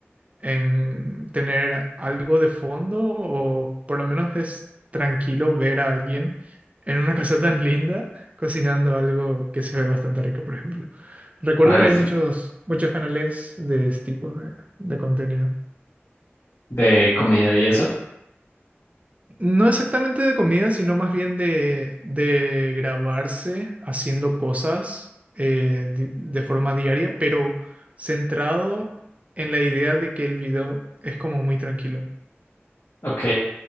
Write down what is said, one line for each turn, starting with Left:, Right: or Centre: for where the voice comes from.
Right: en tener algo de fondo o por lo menos es tranquilo ver a alguien en una <laughs> casa tan linda cocinando algo que se ve bastante rico, por ejemplo. Recuerdo
Left: Ay,
Right: que hay
Left: sí.
Right: muchos, muchos canales de ese tipo de, de contenido.
Left: De comida y eso.
Right: No exactamente de comida, sino más bien de, de grabarse haciendo cosas eh, di- de forma diaria, pero centrado en la idea de que el video es como muy tranquilo.
Left: Ok.